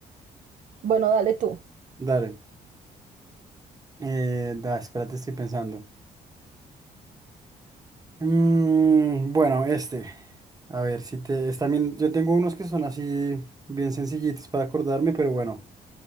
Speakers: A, on the right (about 40°); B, on the right (about 20°).
A: Bueno, dale tú.
B: Dale. Eh, da, espérate, estoy pensando. Mm, bueno, este. A ver, si te... Es también... Yo tengo unos que son así bien sencillitos para acordarme, pero bueno.